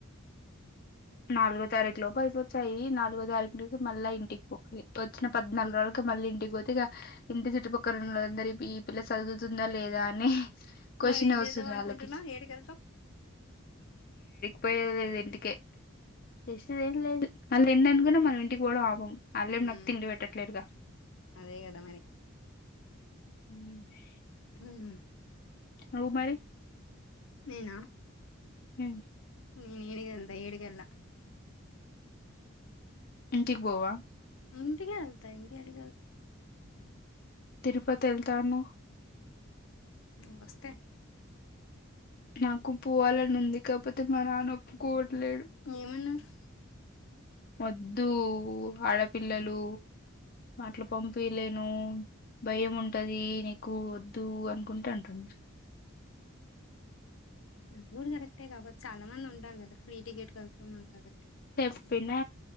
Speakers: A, on the left; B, on the left.
A: నాలుగో తారీఖు లోపు అయిపోతాయి నాలుగో తారీఖుకి మళ్ళా ఇంటికి పోవాలి వచ్చిన పద్నాలుగు రోజు మళ్ళీ ఇంటికి పోతే ఇ ఇంటి చుట్టుపక్కల ఉ అందరి ఈ పిల్ల చదువుతుందా లేదా అని క్యూస్షన్
B: మరి ఏం
A: ఏ వస్తది
B: చేద్దాం అనుకుంటున్నా
A: వాళ్లకి
B: ఏడికి వెళ్తాం
A: ఉ లేదు ఇంటికే రస్ ఏం లేదు వాళ్లు ఏమనుకున్నా మనం ఇంటికి పోవడం వాళ్లు వెన్న అనుకున్న ఇంటికి పోవడం ఆపం అళ్ళేం
B: ఉమ్,
A: నాకు తిండి పెట్టట్లేరుగా
B: అదే కదా మరి
A: హ్
B: హ్
A: నువ్వు మరి
B: నేనా
A: ఏంటి
B: నేను ఎదికెళ్త నేను ఏడికెళ్ళా
A: ఇంటికి పోవా
B: ఇంటికి వెళ్తా ఇంకా ఏడికి ఏళ్తా
A: తిరుపతి వెళ్తా అన్నావ్
B: నువ్వు వస్తే
A: నాకు పోవాలని ఉంది. కాకపోతే మా నాన్న వోప్పుకోవట్లేడు.
B: ఏమన్నారు
A: వద్దు ఆడపిల్లలు అట్ల పంపియాలేను భయం ఉంటది. నీకు వద్దు అనుకుంట అంటుడు
B: ఆది కూడా కరెక్టే కాబట్టి చాలా మంది ఉంటారు. కదా ఫ్రీ టికెట్ వెళుతున్నారు. కాబట్టి
A: చెప్పినా